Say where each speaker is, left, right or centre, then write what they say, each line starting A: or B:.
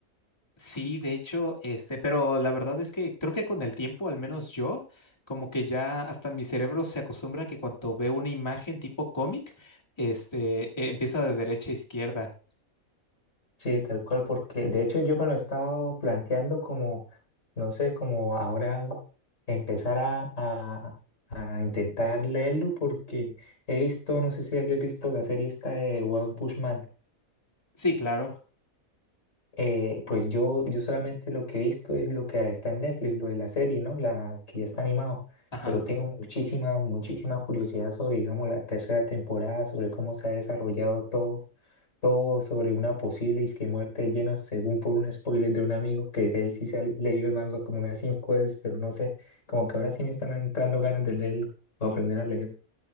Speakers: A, on the left; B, on the left.
A: Sí, de hecho, este, pero la verdad es que creo que con el tiempo, al menos yo, como que ya hasta mi cerebro se acostumbra que cuando veo una imagen tipo cómic, este, eh, empieza de derecha a izquierda.
B: Sí, tal cual, porque de hecho yo me lo he estado planteando como, no sé, como ahora empezar a, a- a intentar leerlo porque he visto, no sé si hayas visto la serie esta de One Punch Man.
A: Sí, claro.
B: Eh, pues yo, yo solamente lo que he visto es lo que está en Netflix, lo de la serie, ¿no? La que ya está animado,
A: Ajá.
B: pero tengo muchísima, muchísima curiosidad sobre, digamos, la tercera temporada, sobre cómo se ha desarrollado todo todo sobre una posible disque muerte llena según por un spoiler de un amigo, que él sí se ha le- leído el manga como unas cinco veces, pero no sé, como que ahora sí me están entrando ganas de leerlo o aprender a leer.